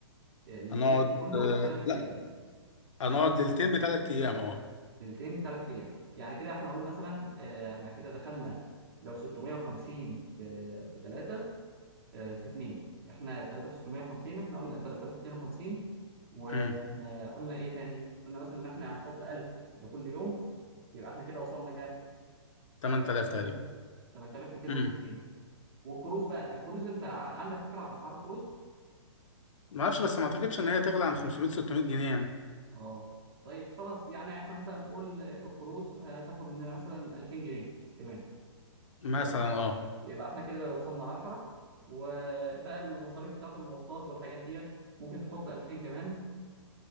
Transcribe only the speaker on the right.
آه، ليلتين
في الفندق وثلاث
ايام
ليلتين بثلاث ايام يعني كده احنا قول مثلا آه، احنا كده دخلنا لو 650 في في 3 في 2 احنا 3 في 650 احنا قلنا 3250 واحنا
قلنا ايه تاني قلنا مثلا ان احنا هنحط 1000 ده كل يوم يبقى احنا كده وصلنا كام 8250
8250
والكروز بقى الكروز انت ع- عندك فكرة عن اسعار الكروز
اه طيب خلاص يعني احنا مثلا نقول آه، الكروز آه، هتاخد مننا مثلا 2000 جنيه كمان
يبقى كده
يبقى احنا كده وصلنا 10 وبقى المصاريف بتاعة المواصلات والحاجات ديت ممكن تحط 2000 كمان